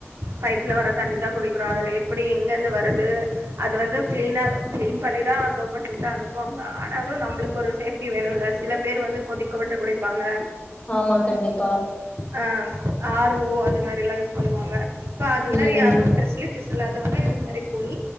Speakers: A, on the right (about 60°); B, on the left (about 20°).
A: பைப்ல வர தண்ணிதான் குடிக்கிறோம் அதுல எப்படி எங்கிருந்து வருது அது வந்து கிளீனா கிளீன் பண்ணிதான் கவர்மெண்ட்லருந்து அனுப்புவாங்க ஆனாலும் நம்மளுக்கு ஒரு சேஃப்டி வேணும்ல்ல சில பேர் வந்து கொதிக்க விட்ட குட வாங்க
B: ஆமா கண்டிப்பா
A: ஆ ஆர் ஓ அது மாதிரில்லாம் யூஸ் பண்ணுவாங்க இப்ப அது மாதிரி
B: ம்.
A: யாரும் ஃபெசிலிட்டி இல்லாதவங்க இந்த மாதிரி போய்